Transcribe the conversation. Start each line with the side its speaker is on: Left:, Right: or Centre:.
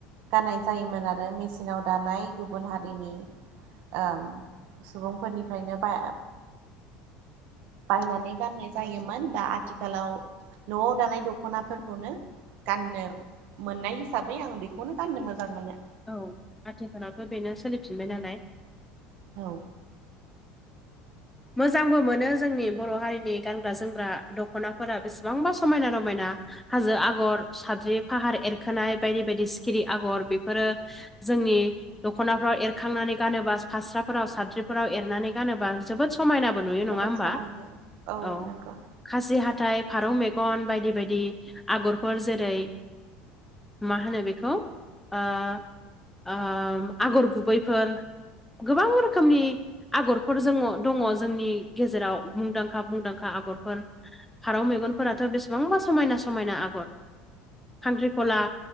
Right: गाननाय जायोमोन आरो मेचिनाव दानाय गुबुन हारिनि ओम सुबुंफोरनिफ्रायनो बा बायनानै गाननाय जायोमोन दा आथिखालाव न'वाव दानाय द दखनाफोरखौनो गाननो मोननाय हिसाबै आं बेखौनो गाननो मोजां मोनो।
Centre: औ आथिखालावथ' बेनो सोलि फिनबाय नालाय
Right: औ
Centre: मोजांबो मोनो जोंनि बर' हारिनि गानग्रा जोमग्रा दखना फोरा बेसेबांबा समायना रमायना। हाजो आगर साबजद्रि फाहार एरखोनाय बायदि बायदि सिखिरि आगर बेफोरो जोंनि दखनाफ्राव एरखांनानै गानोबा फास्राफोराव साद्रिफोराव एरनानै गानोबा जोबोद समायनाबो नुयो
Right: जोबोद
Centre: नङा होमबा
Right: समायो
Centre: औ।
Right: नंगौ
Centre: खासि हाथाय फारौ मेगन बायदि बायदि आगरफोर जेरै मा होनो बेखौ ओ ओ आगर गुबैफोर गोबां रोखोमनि आगरफोर जोङो दङ जोंनि गेजेराव मुंदांखा मुंदांखा आगरफोर। फारौ मेगनफोराथ' बेसेबांबा समायना समायना आगर खांख्रिखला